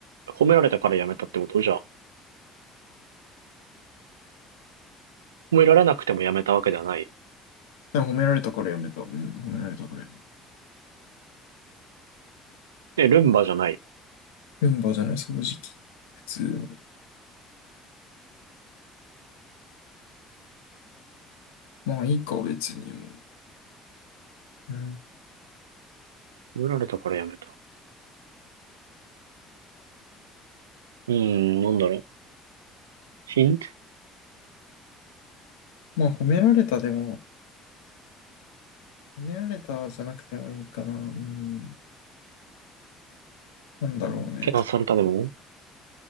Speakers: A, on the right; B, on the left.
A: 褒められたからやめたってことじゃあ。褒められなくてもやめたわけではない。
B: でも褒められたからやめた。うん、褒められたからやめた。
A: え、ルンバじゃない。
B: ルンバじゃない、掃除機。普通の。まあいいか、別にもう。うん。
A: 褒められたからやめた。うーん、なんだろう。ヒント
B: まあ褒められたでも、褒められたじゃなくてもいいかな。うん。なんだろうね、
A: けなされたでも
B: と。